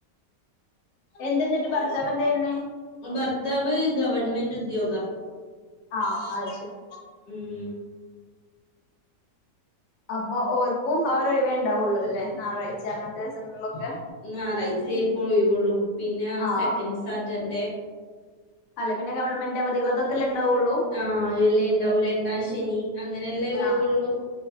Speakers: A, on the left; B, on the left.
A: എന്തെന്നിട്ട ഭർത്താവ് എന്ത ചെയ്യുന്നേ
B: ഭർത്താവ് ഗവൺമെന്റ് ഉദ്യോഗ
A: ആ അത് ശെരി
B: ഇം
A: അപ്പൊ ഓർക്കും ആരഴിവേ ഉണ്ടാവുള്ളൂ അല്ലേ ഞായറാഴ്ച അങ്ങനത്തെ ദിവസങ്ങളിലൊക്കെ
B: ഞായറാഴ്ചേ പോഴിവോള്ളൂ പിന്നെ
A: ആഹ്
B: സെക്കൻഡ് സാറ്റർഡേ
A: അല്ല പിന്നെ ഗവൺമെറ് അവധികൾക്കൊക്കെല്ല ഉണ്ടാവുള്ളൂ
B: ആഹ് എല്ലാം ഉണ്ടാവും രണ്ടാം ശനി അങ്ങനെയ അല്ലേ ഒഴിവൊള്ളു
A: ആഹ്